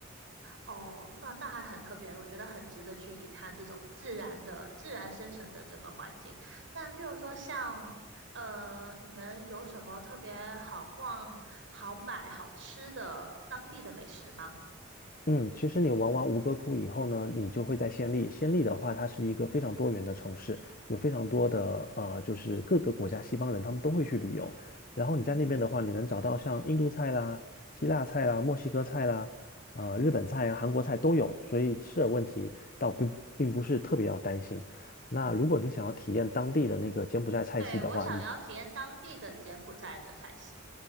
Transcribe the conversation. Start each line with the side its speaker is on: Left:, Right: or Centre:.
Right: 哦，那那还很特别，我觉得很值得去一看这种自然的、自然生成的这个环境。那譬如说像，呃，你们有什么特别好逛、好买、好吃的当地的美食吗？
Left: 嗯，其实你玩完吴哥窟以后呢，你就会在暹粒。暹粒的话，它是一个非常多元的城市，有非常多的呃，就是各个国家西方人他们都会去旅游。然后你在那边的话，
Right: 嗯，
Left: 你能找到像印度菜啦、希腊菜啦、墨西哥菜啦、呃日本菜啊、韩国菜都有，所以吃的问题倒并并不是特别要担心。那如果你想要体验当地的那个柬埔寨菜系的话，
Right: 对，我想要体验当地的柬埔寨的菜系，
Left: 你。